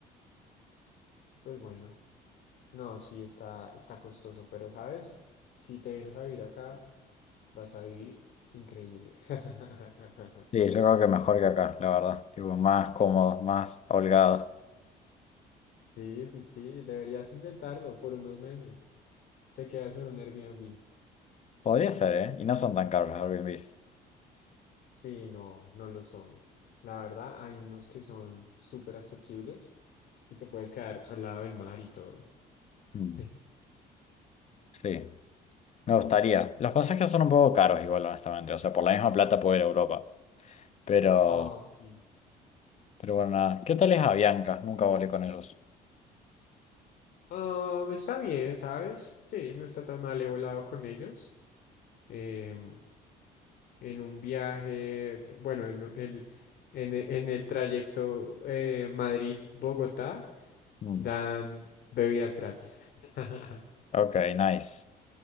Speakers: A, on the left; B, on the left.
A: Pues bueno, no, sí está, está costoso, pero sabes, si te vienes a vivir acá, vas a vivir increíble. <laughs>
B: Sí, yo creo que mejor que acá, la verdad. Tipo, más cómodos, más holgados.
A: Sí, sí, sí, deberías intentarlo por unos meses. Te quedas en un Airbnb.
B: Podría ser, ¿eh? Y no son tan caros los Airbnbs.
A: Sí, no, no lo son. La verdad, hay unos que son súper asequibles y te puedes quedar al lado del mar y todo.
B: Mm,
A: <laughs>
B: Sí, me gustaría. Los pasajes son un poco caros igual, honestamente. O sea, por la misma plata puedo ir a Europa. Pero,
A: Ah, sí.
B: pero bueno, nada. ¿Qué tal es Avianca? Nunca volé con ellos.
A: Ah, está bien, ¿sabes? Sí, no está tan mal he volado con ellos. Em, en un viaje, t- bueno, en u- el, en, e- en el trayecto eh, Madrid-Bogotá
B: Mm,
A: dan bebidas gratis. <laughs>
B: Ok, nice.